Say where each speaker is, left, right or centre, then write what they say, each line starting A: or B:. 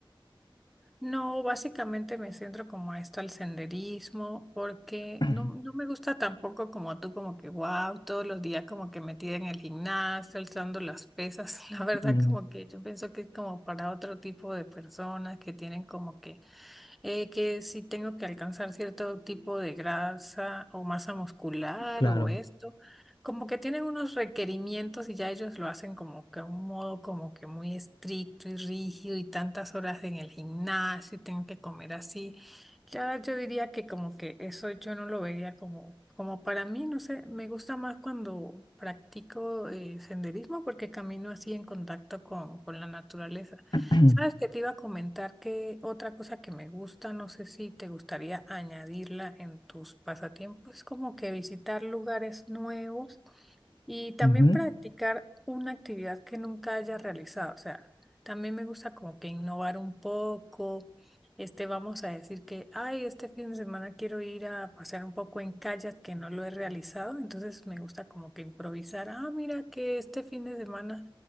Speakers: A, in the centre; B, on the left.
A: No, básicamente me centro como a esto, al senderismo, porque
B: <clears throat>
A: no, no me gusta tampoco como tú, como que wow, todos los días como que metida en el gimnasio, alzando las pesas. <laughs> La verdad
B: Mm,
A: como que yo pienso que es como para otro tipo de personas que tienen como que eh, que si tengo que alcanzar cierto tipo de grasa o masa muscular
B: Claro.
A: o esto, como que tienen unos requerimientos y ya ellos lo hacen como que a un modo como que muy estricto y rígido y tantas horas en el gimnasio y tengo que comer así. Ya yo diría que como que eso yo no lo vería como, como para mí, no sé, me gusta más cuando practico eh, senderismo porque camino así en contacto con, con la naturaleza.
B: <clears throat>
A: Sabes que te iba a comentar que otra cosa que me gusta, no sé si te gustaría añadirla en tus pasatiempos, es como que visitar lugares nuevos. Y también
B: Ujú,
A: practicar una actividad que nunca haya realizado. O sea, también me gusta como que innovar un poco. Este, vamos a decir que, ay, este fin de semana quiero ir a pasear un poco en kayak que no lo he realizado. Entonces me gusta como que improvisar. Ah, mira que este fin de semana,